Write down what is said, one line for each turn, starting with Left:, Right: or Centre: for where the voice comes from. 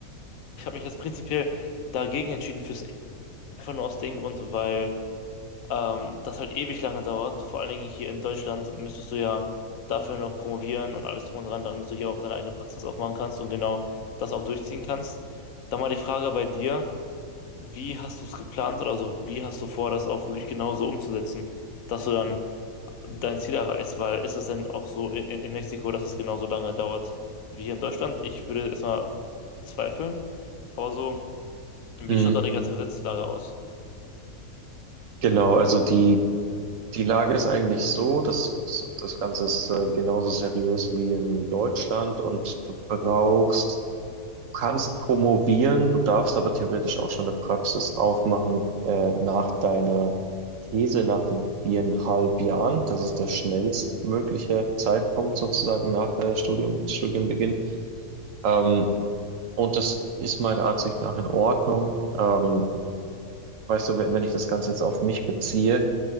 Left: Ich habe mich jetzt prinzipiell dagegen entschieden fürs einfach nur aus dem Grund, weil ähm, das halt ewig lange dauert. Vor allen Dingen hier in Deutschland müsstest du ja dafür noch promovieren und alles drum und dran, damit du hier auch deine eigene Praxis aufmachen kannst und genau das auch durchziehen kannst. Dann mal die Frage bei dir. Wie hast du es geplant oder so? Wie hast du vor, das auch wirklich genauso umzusetzen, dass du dann dein Ziel erreichst? Weil ist es denn auch so in, in Mexiko, dass es genauso lange dauert wie hier in Deutschland? Ich würde es mal bezweifeln. Aber so, wie
Right: Mhm.
Left: schaut da die ganze Gesetzeslage aus?
Right: Genau, also die, die Lage ist eigentlich so, dass das Ganze ist äh, genauso seriös wie in Deutschland und du brauchst, du kannst promovieren, du darfst aber theoretisch auch schon eine Praxis aufmachen äh, nach deiner These, nach den viereinhalb Jahren. Das ist der schnellstmögliche Zeitpunkt sozusagen nach äh, Studium, Studienbeginn. Ähm,
Left: Mhm.
Right: und das ist meiner Ansicht nach in Ordnung. Ähm, weißt du, wenn wenn ich das Ganze jetzt auf mich beziehe,